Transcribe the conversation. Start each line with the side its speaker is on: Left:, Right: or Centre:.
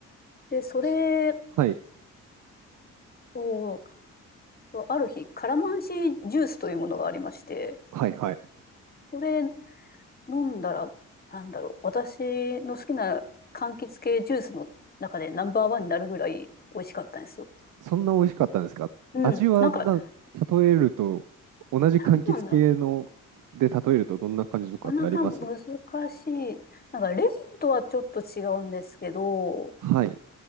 Left: で、それ
Right: すはい。
Left: を、そうある日、カラマンシージュースというものがありまして、
Right: はいはい。
Left: これ飲んだら、なんだろう、私の好きな柑橘系ジュースの中でナンバーワンになるぐらい美味しかったんですよ。
Right: そんな美味しかったんですか味はな、
Left: うん、なんか、
Right: 例えると、同じ柑橘系ので例えるとどんな感じとかってあります
Left: なんなんだろうな。なかなか難しい。なんか、レモンとはちょっと違うんですけど、
Right: はい。